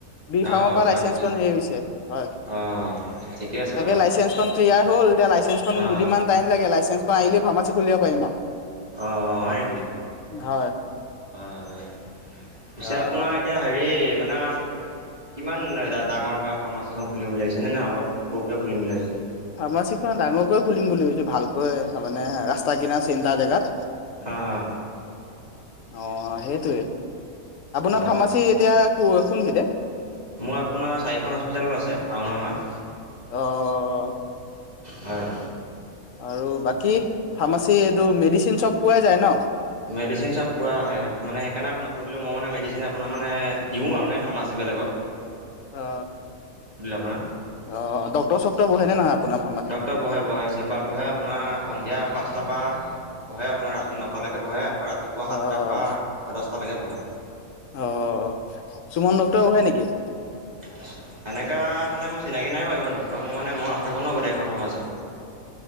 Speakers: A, on the left; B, on the right.
A: বি ফাৰ্মৰ
B: অ অ
A: পৰা
B: হয়
A: লাইচেন্ঞ্চ
B: নেকি
A: ক হেৰি হৈছে হয়।
B: অ ঠিকে আছে
A: তাকে
B: বাৰু
A: লাইচেন্ঞ্চখন ক্লিয়াৰ হ'ল এতিয়া লাইচেন্খন
B: অ
A: দুদিনমান টাইম লাগে। তেনফাঁৰ আহিল ফাৰ্মচ খুলিব পাৰিম আ',
B: অ-অ হয় নেকি?
A: হয়
B: হয়-হয়, পিছে
A: অ
B: আপোনাৰ
A: অ
B: এতিয়া হেৰি মানে। কিমান ডাঙৰ ফাৰ্মাচীখন খুলিম বুলি ভাবিছেনে নাই অলপ সৰুকৈ খুলিম বুলি ভাবিছে।
A: ফাৰ্মাচীখন ডাঙৰকৈ খুলিম বুলি ভাবিছো ভালকৈ তাৰমানানে ৰাস্তা কিনা চেণ্টাৰ জেগাত।
B: অ-অ,
A: অ সেইটোৱে আপোনাৰ
B: হয়
A: ফাৰ্মাচী এতিয়া ক কোন খিনিতে।
B: মোৰ আপোনাৰ চাৰিখন হস্পিটেলত আছে আৰু আমাৰ,
A: অ'
B: হয়।
A: আৰু বাকী ফাৰ্মাচী এইটো মেডিচিন চব পোৱাই যায় ন।
B: মেডিচিন চব পুৰা আহে মানে সেইকাৰণে আপোনাক সুধিলো মই মানে মেডিচিন আপোনাৰ মানে দিওঁ আৰু মানে। ফাৰ্মাচবিলাকক,
A: অ
B: আপোনাক
A: অ ডক্টৰ চক্টৰ বহে নে নহয় আপোনাৰ। ফাৰ্মাচীত?
B: ডক্টৰ বহে-বহে চিম্বাৰত বহে আপোনাৰ সন্ধিয়া পাঁচটাৰ পৰা বহে আপোনাৰ ৰাতি নটালৈকে। বহে আকৌ ৰাতিপুৱা সাতটাৰ
A: অ'
B: পৰা দহটালৈকে বহে।
A: অ' সুমন ডক্টৰ বহে নেকি?
B: উ <inaudible> সেনেকুৱা মানে চিনাকি নাই বাৰু ইমান ডক্টৰ মই মানে মই নথাকো ন গোটেই ফাৰ্মাছিত।